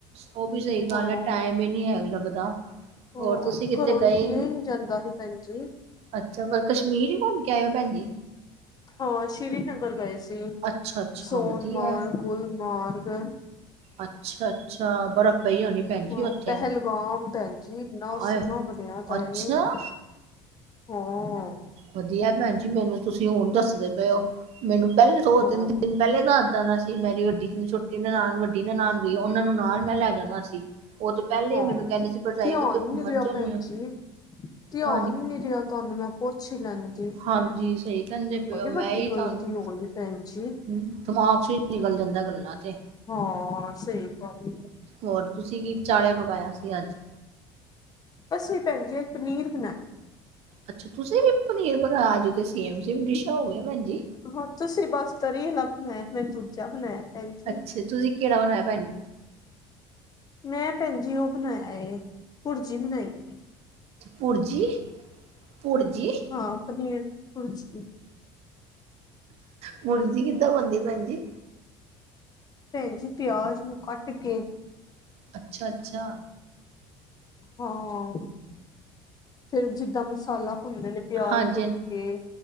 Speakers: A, on the right; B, on the left.
A: ਉਹ ਵੀ ਸਹੀ
B: ਹਾਂ।
A: ਗੱਲ ਹੈ ਟਾਈਮ ਹੀ ਨਹੀਂ ਹੈ ਲੱਗਦਾ।
B: ਹਾਂ,
A: ਹੋਰ ਤੁਸੀਂ ਕਿਤੇ
B: ਘਰੋਂ
A: ਗਏ
B: ਨਿਕਲਿਆ ਹੀ ਨੀ ਜਾਂਦਾ ਸੀ ਭੈਣ ਜੀ।
A: ਅੱਛਾ, ਪਰ ਕਸ਼ਮੀਰ ਹੀ ਘੁੰਮ ਕੇ ਆਏ ਓ ਭੈਣ ਜੀ।
B: ਹਾਂ, ਸ਼੍ਰੀਨਗਰ ਗਏ ਸੀ
A: ਅੱਛਾ ਅੱਛਾ
B: ਸੋਨਮਾਰਗ,
A: ਵਧੀਆ
B: ਗੁਲਮਾਰਗ।
A: ਅੱਛਾ-ਅੱਛਾ, ਬਰਫ਼ ਪਈ ਹੋਣੀ। ਭੈਣ
B: ਹਾਂ,
A: ਜੀ ਉੱਥੇ।
B: ਪਹਿਲਗਾਮ ਭੈਣ ਜੀ ਇੰਨਾ
A: ਆਏ
B: ਸੋਹਣਾ ਬਣਿਆ ਤਾ
A: ਅੱਛਾ
B: ਇਹ <unintelligible>
A: ਵਧੀਆ ਭੈਣ ਜੀ ਮੈਨੂੰ ਤੁਸੀਂ ਹੁਣ ਦੱਸਦੇ ਪਏ ਓ ਮੈਨੂੰ ਪਹਿਲੇ ਦੋ
B: ਹਾਂ
A: ਤਿੰਨ ਦਿਨ ਪਹਿਲੇ ਤਾਂ ਇੱਦਾਂ ਦਾ ਸੀ ਮੇਰੀ ਵੱਡੀ ਛੋਟੀ ਨਣਾਨ ਵੱਡੀ ਨਾਲ ਨਣਾਨ ਗਈ ਉਹਨਾਂ ਨੂੰ ਨਾਲ ਮੈਂ ਲੈ ਜਾਣਾ ਸੀ। ਉਹ ਤੋਂ ਪਹਿਲੇ
B: ਹਾਂ,
A: ਮੈਨੂੰ ਕਹਿੰਦੇ ਸੀ ਭਰਜਾਈ
B: ਧਿਆਨ
A: ਕਿਤੇ
B: ਹੀ
A: ਘੁੰਮਣ
B: ਨੀ ਰਗਾ
A: ਚੱਲਣੀ
B: ਭੈਣ
A: ਆ
B: ਜੀ ਧਿਆਨ
A: ਹਾਂਜੀ
B: ਈ ਨੀ ਰਿਹਾ। ਤੁਹਾਨੂੰ ਮੈਂ ਪੁੱਛ ਈ ਲੈਂਦੀ
A: ਹਾਂਜੀ, ਸਹੀ ਕਹਿੰਦੇ ਪਏ
B: ਬੜੀ
A: ਓ ਮੈਂ
B: ਵੱਡੀ
A: ਹੀ
B: ਗ਼ਲਤੀ
A: ਤੁਹਾਨੂੰ
B: ਹੋ ਗਈ ਭੈਣ ਜੀ।
A: ਦਿਮਾਗ ਚ ਈ ਨਿਕਲ ਜਾਂਦਾ ਗੱਲਾਂ ਤੇ।
B: ਹਾਂ, ਸਹੀ ਗੱਲ।
A: ਹੋਰ ਤੁਸੀਂ ਕੀ ਚਾਲੇ ਪਕਾਇਆ ਸੀ ਅੱਜ
B: ਅਸੀਂ ਭੈਣ ਜੀ, ਅੱਜ ਪਨੀਰ ਬਣਾ।
A: ਅੱਛਾ, ਤੁਸੀਂ ਵੀ ਪਨੀਰ ਬਣਾਇਆ, ਅੱਜ ਤੇ ਸੇਮ-ਸੇਮ ਡਿਸ਼ਾਂ ਹੋ ਗਈਆਂ ਭੈਜੀ।
B: ਹੋ ਤੁਸੀਂ ਬਸ ਤਰੀ ਆਲਾ ਬਣਾਇਆ, ਮੈ ਦੂਜਾ ਬਣਾਇਆ, ਭੈਣ ਜੀ।
A: ਅੱਛਾ ਤੁਸੀਂ ਕਿਹੜਾ ਬਣਾਇਆ ਭੈਣ ਜੀ
B: ਮੈਂ ਭੈਣ ਜੀ ਉਹ ਬਣਾਇਆ ਏ ਭੁਰਜੀ ਬਣਾਈ।
A: ਪੁੁਰਜੀ ਪੁੁਰਜੀ।
B: ਹਾਂ, ਪਨੀਰ ਦੀ ਭੁਜੀ।
A: ਭੁਰਜੀ ਕਿੱਦਾਂ ਬਣਦੀ ਭੈਣ ਜੀ।
B: ਭੈਣ ਜੀ ਪਿਆਜ ਨੂੰ ਕੱਟ ਕੇ
A: ਅੱਛਾ ਅੱਛਾ,
B: ਹਾਂ, ਫੇਰ ਜਿੱਦਾਂ ਮਸਾਲਾ ਪੁੰਨਦੇ ਨੇ। ਪਿਆਜ,
A: ਹਾਂਜੀ
B: ਫੁਲਕੇ,
A: ਹਾਂ